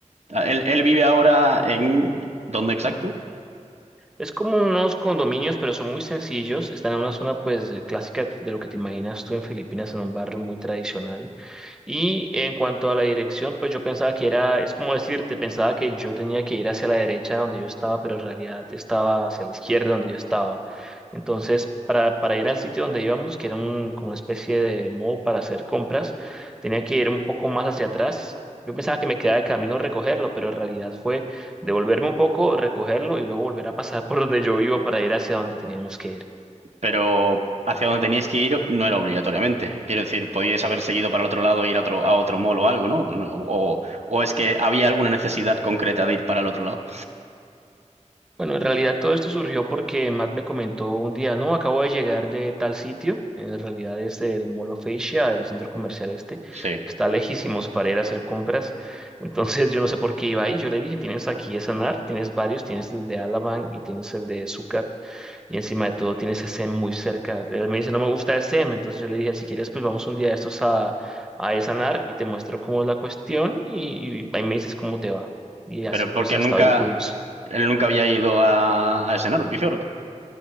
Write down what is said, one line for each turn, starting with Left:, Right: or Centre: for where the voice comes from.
Right: Ah, Él, él vive ahora en, ¿dónde exacto?
Centre: Es como unos condominios, pero son muy sencillos. Están en una zona, pues, eh, clásica de lo que te imaginas tú en Filipinas, en un barrio muy tradicional. Y en cuanto a la dirección, pues yo pensaba que era, es como decirte, pensaba que yo tenía que ir hacia la derecha donde yo estaba, pero en realidad estaba hacia la izquierda donde yo estaba. Entonces, para, para ir al sitio donde íbamos, que era un, como una especie de mall para hacer compras, tenía que ir un poco más hacia atrás. Yo pensaba que me quedaba de camino recogerlo, pero en realidad fue devolverme un poco, recogerlo y luego volver a pasar <laughs> por donde yo vivo para ir hacia donde teníamos que ir.
Right: pero hacia donde teníais que ir no era obligatoriamente. Quiero decir, podíais haber seguido para el otro lado e ir a otro, a otro mall o algo, ¿no? No, O, o es que había alguna necesidad concreta de ir para el otro lado.
Centre: Bueno, en realidad todo esto surgió porque Matt me comentó un día, no, acabo de llegar de tal sitio, en realidad es el Mall of Asia, el centro comercial este,
Right: Sí,
Centre: está lejísimos para ir a hacer compras, <laughs> entonces yo no sé por qué iba ahí, yo le dije, tienes aquí ese Sanar, tienes varios, tienes el de Alabang y tienes el de Sucat, y encima de todo tienes SM muy cerca, él me dice, no me gusta SM, entonces yo le dije, si quieres, pues vamos un día de estos a, a Sanar y te muestro cómo es la cuestión y, y ahí me dices cómo te va, y así
Right: pero
Centre: pues
Right: porque
Centre: hasta
Right: nunca,
Centre: hoy pudimos.
Right: él nunca había ido a, a ese Nor- Bjork.